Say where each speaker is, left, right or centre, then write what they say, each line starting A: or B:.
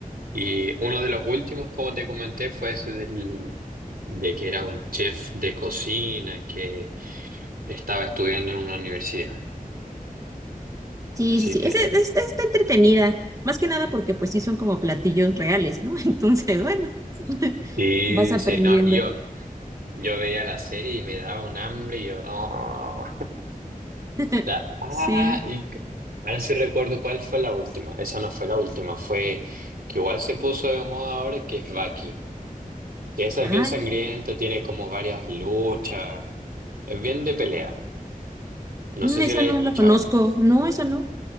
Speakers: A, on the right; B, on the right.
A: y uno de los últimos, como te comenté, fue ese del, de que era un chef de cocina que estaba estudiando en una universidad.
B: Sí,
A: Así
B: sí, sí.
A: que,
B: Ese, este- está entretenida. Más que nada porque pues sí son como platillos reales, ¿no? <laughs> Entonces, bueno, <laughs>
A: sí,
B: vas aprendiendo.
A: sí, no, y yo, yo veía la serie y me daba un hambre y yo, no.
B: <laughs>
A: La, ah,
B: Sí.
A: y c- ahora sí recuerdo cuál fue la última. Esa no fue la última, fue que igual se puso de moda ahora, que es Baki. Que esa
B: Ah,
A: es bien sangrienta, tiene como varias luchas, es bien de pelea.
B: mm,
A: No sé
B: esa
A: si la
B: no
A: he escuchado.
B: la conozco. No, esa no.